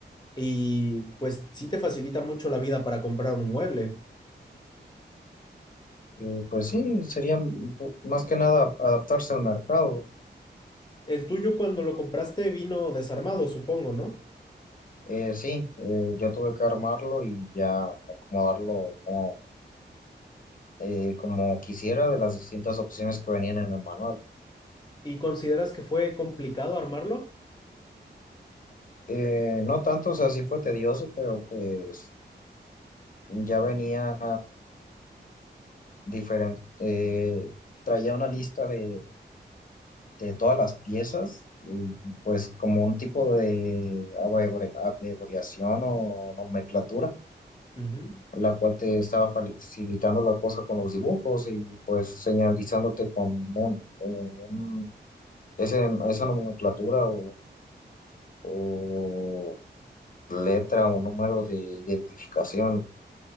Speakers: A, on the left; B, on the left.
A: y pues sí te facilita mucho la vida para comprar un mueble.
B: Y pues sí, sería m- más que nada adaptarse al mercado.
A: El tuyo cuando lo compraste vino desarmado, supongo, ¿no?
B: Eh, sí, eh, yo tuve que armarlo y ya acomodarlo como, eh, como quisiera de las distintas opciones que venían en el manual.
A: ¿Y consideras que fue complicado armarlo?
B: Eh, no tanto, o sea, sí fue tedioso, pero pues ya venía diferente, eh, traía una lista de, de todas las piezas, y, pues como un tipo de abrebre- abreviación o nomenclatura
A: Ujú.
B: la cual te estaba facilitando la cosa con los dibujos y pues señalizándote con un, un- ese- esa nomenclatura o, o letra o número de identificación